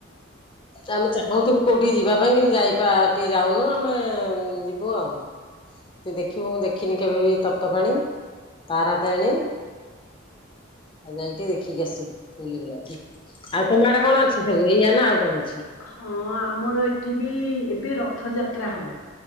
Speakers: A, on the left; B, on the left.
A: ଆମେ ଚାହୁଁଥିଲୁ କୋଉଠି ଯିବା ପାଇଁ କିନ୍ତୁ ଯାଇ ପା ଟିକେ ଯାଉନୁ ଆମେ ଯିବୁ ଆଉ। ଦେଖିବୁ ମୁଁ ଦେଖିନି କେବେ ବି ତପ୍ତ ପାଣି ତାରା ତାରିଣୀ। ଆଉ ଯାଇକି ଟିକେ ଦେଖିକି ଆସିବୁ ବୁଲି ବୁଲା କି। ଆଉ ତମ ଆଡେ କଣ ଅଛି ସବୁ ଏଇଆ ନା ଆଉ କଣ ଅଛି?
B: ହଁ ଆମର ଏଠି ବି ଏବେ ରଥଯାତ୍ରା ହବ।